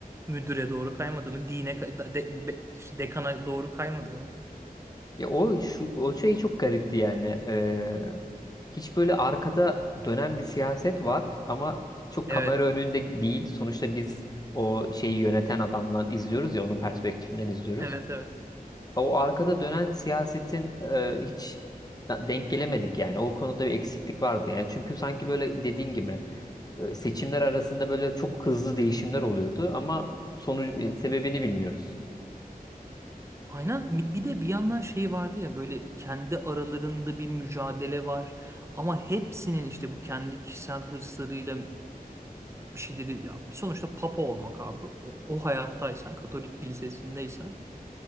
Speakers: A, on the right; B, on the left.
A: Müdüre doğru kaymadı mı? Dine kay- de- be- dekana doğru kaymadı mı?
B: Ya o şu o şey çok garipti yani. Ee, hiç böyle arkada dönen bir siyaset var ama çok
A: Evet.
B: kamera önünde değil. Sonuçta biz o şeyi yöneten adamdan izliyoruz ya onun perspektifinden izliyoruz.
A: Evet evet.
B: O arkada dönen siyasetin e, hiç denk gelemedik yani. O konuda bir eksiklik vardı. Yani çünkü sanki böyle dediğin gibi e, seçimler arasında böyle çok hızlı değişimler oluyordu ama sonucu e, sebebini bilmiyoruz.
A: Aynen bir bir de bir yandan şey vardı ya böyle kendi aralarında bir mücadele var ama hepsinin işte bu kendi kişisel hırslarıyla bir şeyleri ya sonuçta papa olmak abi o, o hayattaysan Katolik kilisesindeysen